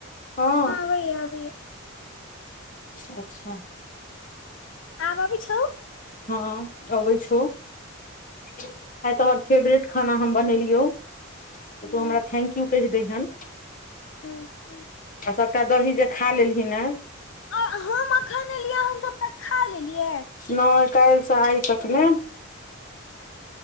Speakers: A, on the left; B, on the left.
A: हँ
B: आबैए आबैए
A: अच्छा
B: आब अबैय छौ
A: हँ अबै छौ आय तोहर फेवरेट खाना हम बनेलियौ तऽ
B: हँ
A: तू हमरा थैंक्यू कहि दैहियन
B: <inaudible>
A: आ सबटा दही जे खा लेलही ने
B: तऽ हम एखन एलियै हम सभटा खा लेलियै
A: नाइ काइलसँ आइ तकमे